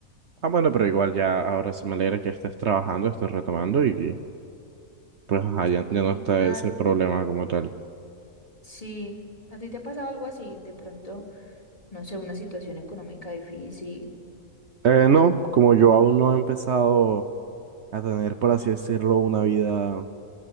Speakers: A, on the right (about 60°); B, on the left (about 25°).
A: ah, bueno, pero igual ya ahora sí me alegra que estés trabajando, estés retomando y pues ajá, ya,
B: Sí,
A: ya no está
B: claro,
A: ese problema como tal.
B: sí. ¿A ti te ha pasado algo así? De pronto, no sé, una situación económica difícil,
A: Eh, no, como yo aún no he empezado a tener, por así decirlo, una vida,